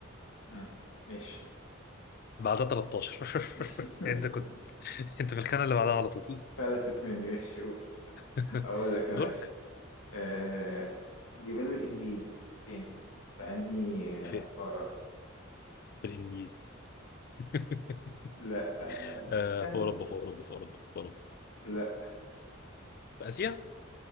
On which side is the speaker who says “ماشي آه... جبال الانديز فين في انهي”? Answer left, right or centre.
Left